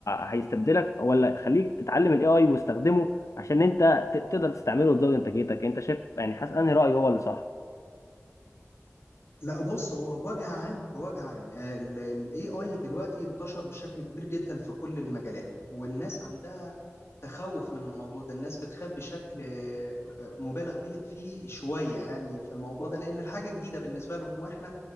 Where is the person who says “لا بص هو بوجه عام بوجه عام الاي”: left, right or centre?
Left